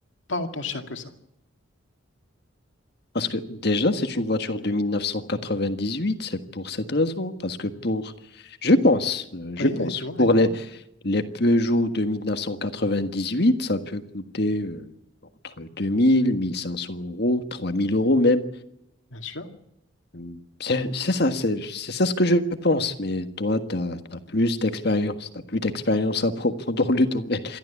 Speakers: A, on the left; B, on the left.
A: pas autant cher que ça?
B: Parce que déjà, c'est une voiture de 1998. C'est pour cette raison. Parce que pour, je pense, euh, je
A: Oui,
B: pense,
A: dites-moi,
B: pour
A: dites-moi,
B: les, les Peugeot de 1998, ça peut coûter euh, entre 2000, 1500 euros, 3000 euros même.
A: bien sûr.
B: Hum, C'est c'est ça, c'est c'est ça ce que je pense. Mais toi, tu as, plus d'expérience. Tu as plus d'expérience à propos <laughs> dans le domaine.